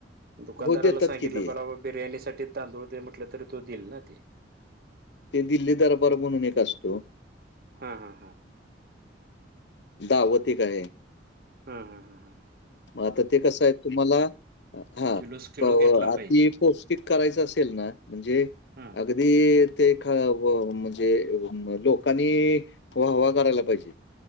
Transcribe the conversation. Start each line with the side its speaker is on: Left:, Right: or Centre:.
Right: दुकानदाराला
Left: हो, देतात
Right: सांगितलं
Left: की ते.
Right: बिर्याणीसाठी तांदूळ ते म्हटलं तरी तो दिईल ना ते?
Left: ते दिल्ली दरबार म्हणून एक असतो.
Right: हा हा हा.
Left: <unintelligible> का आहे.
Right: हा हा हा हां.
Left: मग आता ते कसं आहे? तुम्हाला हा
Right: किलोच किलो घेतला
Left: आ
Right: पाहिजे
Left: ती पोच- करायचं असेल ना? म्हणजे
Right: हा
Left: अग- अदी ते ख. म्हणजे लोकांनी वाहवा करायला पाहिजे.